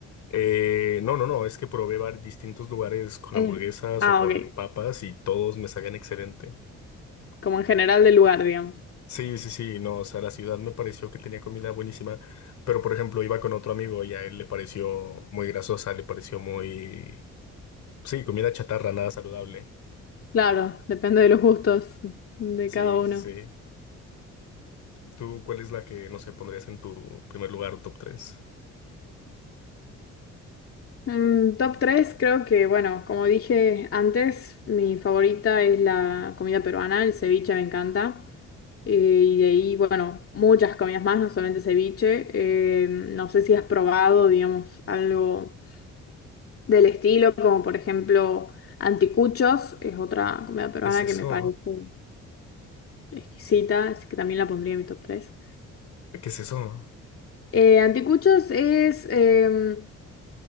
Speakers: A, on the left; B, on the left.
A: Eh, no, no, no, es que probé var- distintos lugares con
B: En-
A: hamburguesas
B: Ah,
A: o con
B: ok.
A: papas y todos me sabían excelente.
B: Como en general del lugar, digamos.
A: Sí, sí, sí, no, o sea, la ciudad me pareció que tenía comida buenísima, pero por ejemplo iba con otro amigo y a él le pareció muy grasosa, le pareció muy... Sí, comida chatarra, nada saludable.
B: Claro, depende de los gustos de
A: Sí,
B: cada uno.
A: sí, sí. ¿Tú cuál es la que, no sé, pondrías en tu primer lugar o top tres?
B: Mm, top 3, creo que, bueno, como dije antes, mi favorita es la comida peruana, el ceviche me encanta. Eh, y de ahí, bueno, muchas comidas más, no solamente ceviche. Eh, no sé si has probado, digamos, algo del estilo, como por ejemplo anticuchos, es otra comida peruana
A: ¿Qué es eso?
B: que me parece exquisita, así que también la pondría en mi top tres
A: ¿Qué es eso?
B: Eh, anticuchos es em,